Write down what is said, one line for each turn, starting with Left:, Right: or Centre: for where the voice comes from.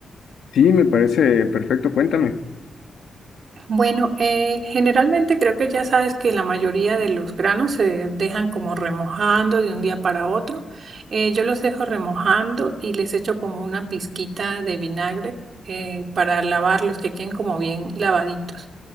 Left: Sí, me parece perfecto, cuéntame.
Right: Bueno, eh, generalmente creo que ya sabes que la mayoría de los granos se dejan como remojando de un día para otro. Eh, yo los dejo remojando y les echo como una pizquita de vinagre eh, para lavarlos, que queden como bien lavaditos.